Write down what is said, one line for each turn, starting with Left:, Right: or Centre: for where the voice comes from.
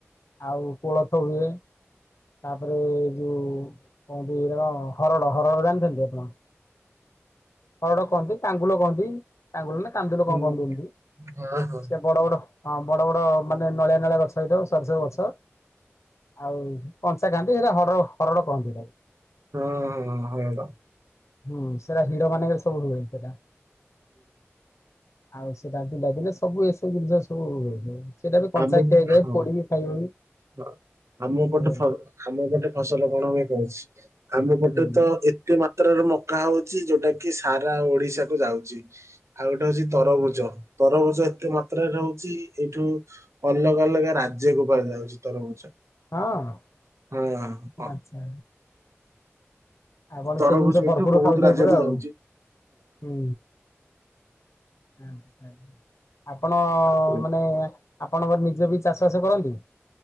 Left: ଆଉ କୋଳଥ ହୁଏ। ତାପରେ ଯୋଉ କହନ୍ତି ଏଇଟା କଣ ହରଡ ହରଡ ଜାଣିଥାନ୍ତି ଆପଣ? ହରଡ କହନ୍ତି ତାଙ୍ଗୁଲ କହନ୍ତି। ତାଙ୍ଗୁଲ ନା କାନ୍ଦୁଲ କଣ
Right: ହୁଁ
Left: କହନ୍ତି ଏନ୍ତୀ
Right: ହଁ ହଁ
Left: ସେ ବଡ ବଡ। ହଁ ବଡ ବଡ ମାନେ ନଳିଆ ନଳିଆ ଗଛ ହେଇଥିବ ସର ସବୁ ଗଛ। ଆଉ କଞ୍ଚା ଖାଆନ୍ତି ହେରା ହଡର ହରଡ଼ କହନ୍ତି ତାକୁ।
Right: ହଁ ହଁ ହରଡ।
Left: ହୁଁ ସେଟା ହିଡ ମାନଙ୍କରେ ସବୁ ହୁଏ ହେଇଟା। ଆଉ ସେଟା ପିଲାଦିନେ ସବୁ ଏସବୁ ଜିନିଷ ସବୁ ହୁଏ। ସେଇଟା ବି କଞ୍ଚା
Right: ଆମ
Left: ଖିଆଯାଏ,
Right: ହଁ
Left: ପୋଡିକି ଖାଇବ ବି।
Right: ହଁ ଆମ ଏପଟେ
Left: ଆଜ୍ଞା
Right: ଫ ଆମ ଏପଟେ ଫସଲ କଣ ହୁଏ କହୁଛି। ଆମ ଏପଟେ
Left: ହୁଁ
Right: ତ ଏତେ ମା ତ୍ରାରୁ ମକା ହଉଚି ଯୋଉଟା କି ସାରା ଓଡିଶା କୁ ଯାଉଚି। ଆଉ ଗୋଟେ ହଉଛି ତରଭୁଜ। ତରଭୁଜ ଏତେ ମାତ୍ରାରେ ରହୁଛି ଏଇଠୁ ଅଲଗା ଅଲଗା ରାଜ୍ୟକୁ କୁଆଡ଼େ ଯାଉଛି। ତରଭୁଜ
Left: ହଁ
Right: ହଁ ହଁ।
Left: ଆଚ୍ଛା। ଆପଣ
Right: ତରଭୁଜ
Left: ସେଇ ଜିନିଷ ଭରପୁରୁ
Right: ଏଠୁ ବହୁତ
Left: ଖାଉଥିବେ
Right: ରାଜ୍ୟକୁ
Left: ପୁରା ଆଉ।
Right: ଯାଉଛି
Left: ହୁଁ। <unintelligible> ଆପଣ
Right: ହଁ।
Left: ମାନେ ଆପଣଙ୍କର ନିଜେ ବି ଚାଷ ବାସ କରନ୍ତି।